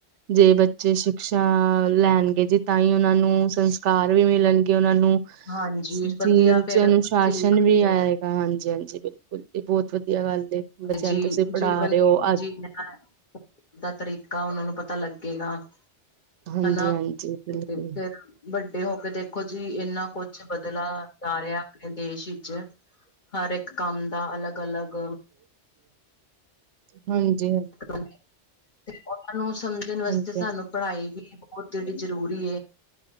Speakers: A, on the right; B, on the left.
A: ਜੇ ਬੱਚੇ ਸ਼ਿਕਸ਼ਾ ਲੈਣਗੇ ਜੀ ਤਾਂ ਹੀ ਉਹਨਾਂ ਨੂੰ ਸੰਸਕਾਰ ਵੀ ਮਿਲਣਗੇ ਉਹਨਾਂ ਨੂੰ
B: ਹਾਂਜੀ ਵਧੀਆ
A: ਜੀ
B: ਫੇਰ
A: ਅਨੁਸ਼ਾਸਨ
B: ਸਿੱਖ
A: ਵੀ
B: ਮਿਲੇਗੀ,
A: ਆਏਗਾ ਹਾਂਜੀ ਹਾਂਜੀ ਬਿਲਕੁਲ ਇਹ ਬਹੁਤ ਵਧੀਆ ਗੱਲ ਬੱਚਿਆਂ
B: ਜੀ
A: ਨੂੰ ਤੁਸੀਂ ਪੜ੍ਹਾ
B: ਜੀਵਨ
A: ਰਹੇ ਹੋ
B: ਕਿਵੇਂ
A: ਅੱਜ
B: ਜੀਣਾ ਦਾ ਤਰੀਕਾ ਉਹਨਾਂ ਨੂੰ ਪਤਾ ਲੱਗੇਗਾ।
A: ਹਾਂਜੀ
B: ਹਨਾ
A: ਹਾਂਜੀ ਬਿਲਕੁਲ
B: ਫਿਰ ਵੱਡੇ ਹੋ ਕੇ ਦੇਖੋ ਜੀ ਇੰਨਾ ਕੁਛ ਬਦਲਾ ਜਾ ਰਿਹਾ ਆਪਣੇ ਦੇਸ਼ ਵਿਚ ਹਰ ਇੱਕ ਕੰਮ ਦਾ ਅਲੱਗ ਅਲੱਗ
A: ਹਾਂਜੀ ਹਾਂ।
B: ਤੇ ਉਹਨਾਂ ਨੂੰ ਸਮਝਣ ਵਾਸਤੇ
A: ਹਾਂਜੀ
B: ਸਾਨੂੰ
A: ਹਾਂਜੀ
B: ਪੜ੍ਹਾਈ ਵੀ ਬਹੁਤ ਜਿਹੜੀ ਜ਼ਰੂਰੀ